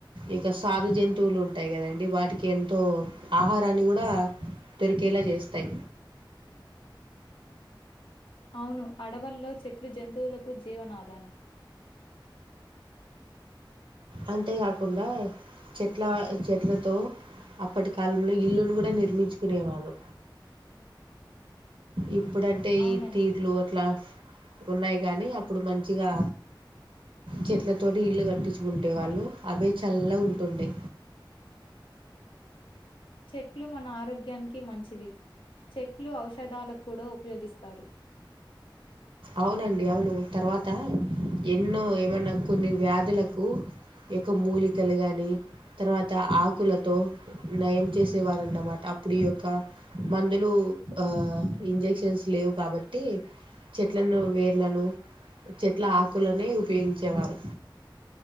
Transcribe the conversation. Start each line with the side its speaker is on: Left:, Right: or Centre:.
Right: ఇక సాగు జంతువులు ఉంటాయి కదండడి వాటికి ఎంతో ఆహారాన్ని కూడా దొరికేలా చేస్తాయి
Left: అవును అడవల్లో చెట్లు జంతువులకు జీవనాధానం
Right: అంతేకాకుండా చెట్ల చెట్లతో అప్పటి కాలంలో ఇల్లును కూడా నిర్మించుకునేవారు ఇప్పుడంటే
Left: అవునండి.
Right: ఈ తీర్లు అట్లా ఉన్నాయి గానీ అప్పుడు మంచిగా చెట్లతోటి ఇల్లు కట్టించుకుంటే వాళ్ళు అవే చల్లగు ఉంటుండే
Left: చెట్లు మన ఆరోగ్యానికి మంచివి చెట్ లు ఔషధాలకు కూడా ఉపయోగిస్తారు
Right: అవునండి అవును తర్వాత ఎన్నో ఏమన్నా కొన్ని వ్యాధులకు యొక్క మూలికలు కానీ తర్వాత ఆకులతో నయం చేసేవారు అన్నమాట అప్పుడు ఈ యొక్క మందులు ఆ ఇంజక్షన్స్ లేవు కాబట్టి చెట్లను వేర్లను చెట్ల ఆకులనే ఉపయోగించేవారు